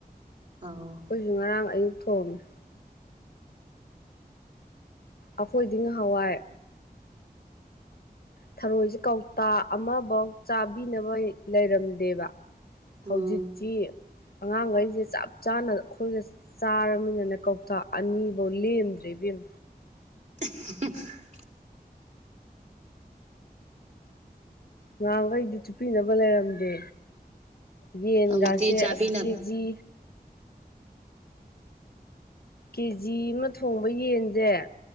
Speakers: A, on the right; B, on the left.
A: ꯑꯥꯎ
B: ꯑꯈꯣꯏꯖꯨ ꯉꯔꯥꯡ ꯑꯌꯨꯛ ꯊꯣꯡꯉꯦ ꯑꯈꯣꯏꯗꯤ ꯉꯍꯥꯋꯥꯏ ꯊꯔꯣꯏꯖꯦ ꯀꯧꯇꯥ ꯑꯃꯕꯥꯎ ꯆꯥꯕꯤꯅꯕ ꯂꯩꯔꯝꯗꯦꯕ ꯍꯧꯖꯤꯛꯇꯤ
A: ꯎꯝ
B: ꯑꯉꯥꯡꯒꯩꯖꯤ ꯆꯞ ꯆꯥꯅ ꯈꯣꯏꯒ ꯆꯥꯔꯃꯤꯅꯅꯦ ꯀꯧꯇꯥ ꯑꯅꯤꯕꯣ ꯂꯦꯝꯗ꯭ꯔꯦ ꯏꯕꯦꯝ
A: ꯍꯝ <unintelligible>
B: ꯉꯥꯡꯒꯩꯗꯤ ꯆꯨꯞꯄꯤꯅꯕ ꯂꯩꯔꯝꯗꯦ ꯌꯦꯟꯒꯁꯦ
A: ꯍꯧꯖꯤꯛꯇꯤ ꯆꯥꯕꯤꯅ
B: ꯑꯁ ꯀꯦꯖꯤ ꯀꯦꯖꯤ ꯑꯃ ꯊꯣꯡꯕ ꯌꯦꯟꯖꯦ